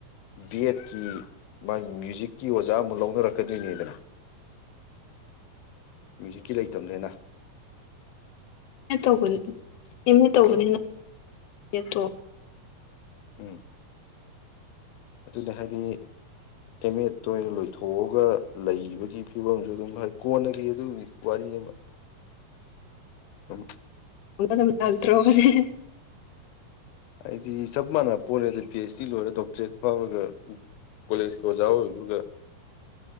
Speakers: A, on the left; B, on the left.
A: ꯕꯤ ꯑꯦꯠꯀꯤ ꯃꯥꯒꯤ ꯃ꯭ꯌꯨꯖꯤꯛꯀꯤ ꯑꯣꯖꯥ ꯑꯃ ꯂꯧꯅꯔꯛꯀꯗꯣꯏꯅꯦꯗꯅ
B: <unintelligible>
A: ꯃ꯭ꯌꯨꯖꯤꯛꯀꯤ ꯂꯩꯇꯕꯅꯦꯅ
B: ꯑꯦ ꯇꯧꯕ ꯑꯦꯝ ꯑꯦ ꯇꯧꯕꯅꯤꯅꯠꯇꯣ
A: ꯎꯝ ꯑꯗꯨꯅꯦ ꯍꯥꯏꯗꯤ ꯑꯦꯝ ꯑꯦꯗꯇ ꯑꯣꯏꯅ ꯂꯣꯏꯊꯣꯛꯑꯒ ꯂꯩꯕꯒꯤ ꯐꯤꯕꯝꯁꯨ ꯑꯗꯨꯝ ꯀꯣꯟꯅꯈꯤ ꯑꯗꯨꯒꯤ ꯋꯥꯔꯤ <unintelligible> ꯍ
B: ꯂꯥꯛꯇ꯭ꯔꯣꯕꯅꯦ
A: ꯍꯥꯏꯗꯤ ꯆꯞ ꯃꯥꯟꯅꯕ ꯄꯣꯜꯂꯦꯗ ꯄꯤ ꯑꯩꯆ ꯗꯤ ꯂꯣꯏꯔꯦ ꯗꯣꯛꯇꯔꯦꯠ ꯐꯥꯎꯔꯒ ꯀꯣꯂꯦꯖ ꯀ ꯑꯣꯖꯥꯖꯒ